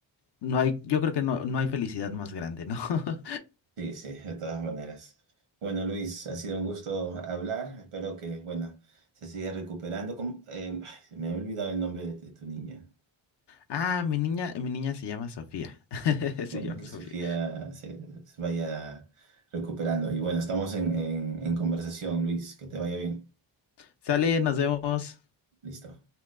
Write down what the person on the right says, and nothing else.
Sí, sí, de todas maneras. Bueno, Luis, ha sido un gusto hablar. Espero que, bueno, se siga recuperando. ¿Cómo? Eh, ay, me he olvidado el nombre de, de tu niña.
Bueno,
que
Sofía se, se vaya recuperando. Y bueno, estamos en, en en conversación, Luis. Que te vaya bien.
Listo.